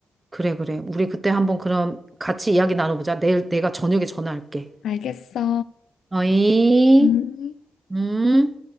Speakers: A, on the right; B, on the left.
A: 그래, 그래. 우리 그때 한번 그럼 같이 이야기 나눠보자. 내일 내가 저녁에 전화할게.
B: 알겠어.
A: 어이,
B: 음. 음.
A: 음.